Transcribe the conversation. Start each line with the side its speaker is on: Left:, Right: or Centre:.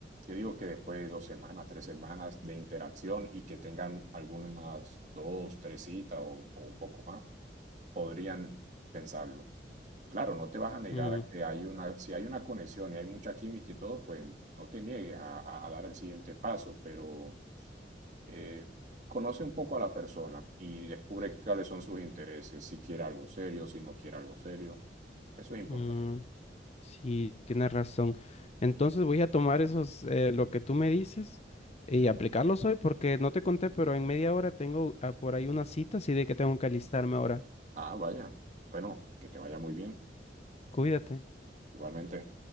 Right: Yo digo que después de dos semanas, tres semanas de interacción y que tengan algunas dos, tres citas o, o un poco más, podrían pensarlo. Claro, no te vas a negar
Left: Mm,
Right: a que hay una, si hay una conexión y hay mucha química y todo, pues no te niegues a, a- a dar el siguiente paso, pero eh, conoce un poco a la persona y descubre cuáles son sus intereses, si quiere algo serio, si no quiere algo serio. Eso es importante.
Left: mm. Sí, tienes razón. Entonces voy a tomar esos, eh, lo que tú me dices y aplicarlos hoy porque no te conté, pero en media hora tengo ah, por ahí una cita, así de que tengo que alistarme ahora.
Right: Ah, vaya. Bueno, que te vaya muy bien.
Left: Cuídate.
Right: Igualmente.